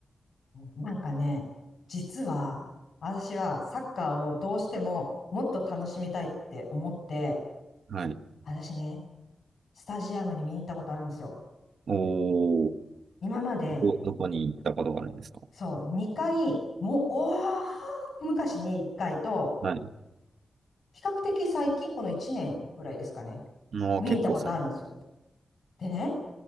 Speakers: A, on the left; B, on the right.
A: なんかね、実は、私はサッカーをどうしてももっと楽しみたいって思って、
B: はい。
A: 私ね、スタジアムに見に行ったことあるんですよ。
B: おー、
A: 今まで
B: ど、どこに行ったことがあるんですか
A: そう、2回、もう、おー、昔に1回と、
B: はい。
A: 比較的最近、この1年ぐらいですかね、
B: もう結構最近。
A: 見に行ったことあるんです。でね、